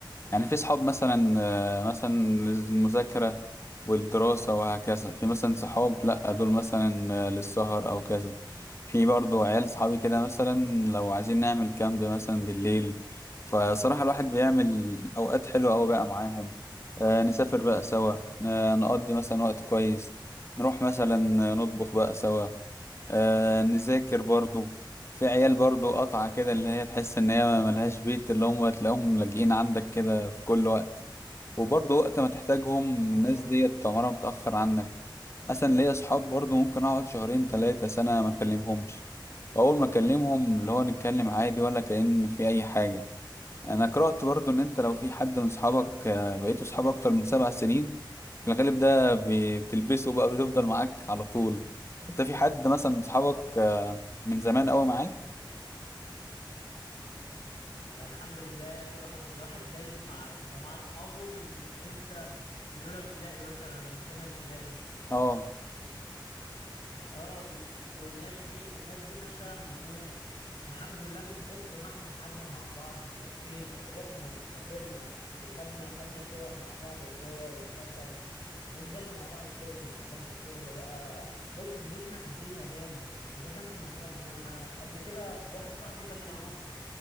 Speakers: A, on the left; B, on the left.
A: يعني في صحاب مثلا آه، مثلا للمذاكرة والدراسة وهكذا في مثلا صحاب لأ دول مثلا آه، للسهر أو كذا في برضو عيال صحابي كده مثلا لو عايزين نعمل كامب مثلا بالليل فصراحة الواحد بيعمل أوقات حلوة أوي بقى معاهم آه، نسافر بقى سوا ن- نقضي مثلا وقت كويس نروح مثلا نطبخ بقى سوا آه نذاكر برضو في عيال برضو قطعة كده اللي هي تحس ان هي ملهاش بيت اللي هم تلاقيهم لاجئين عندك كده في كل وقت وبرضو وقت ما تحتاجهم
B: اه
A: الناس ديت عمرها متأخر عنك مثلا ليا صحاب برضو ممكن اقعد شهرين تلاتة سنة ما اكلمهمش واول ما اكلمهم اللي هو نتكلم عادي ولا كأن في اي حاجة يعني انا قرأت برضو ان انت لو في حد من اصحابك آه، بقيتوا اصحاب اكتر من سبع سنين في الغالب ده بي- بتلبسه بقى بتفضل معاك على طول انت في حد مثلا من اصحابك آه، من زمان قوي معاك
B: الحمد لله يا اخي الواحد الواحد دايس مع جماعه اصحابه من امتى من اولى ابتدائي مثلا ولا من تانية ابتدائي
A: اه
B: اه وال- والناس دي الناس دي مثلا من ايه الحمد لله من كتر ما احنا قعدنا مع بعض ولفينا ورحنا وسافرنا وخدنا خدنا شقق مع بعض ايجار وسكن ونزلنا مع بعض شغل اذا كان في شغل بقى دوسنا دوسنا في الدنيا جامد اذا كان في مصانع انا قبل كده واحد صاحبي خدني مع مصنع